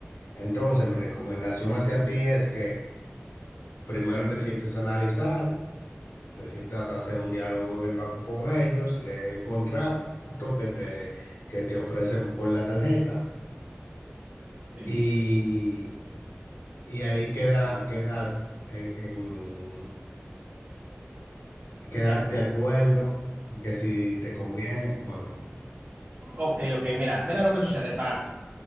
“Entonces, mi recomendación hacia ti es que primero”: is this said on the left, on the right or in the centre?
Left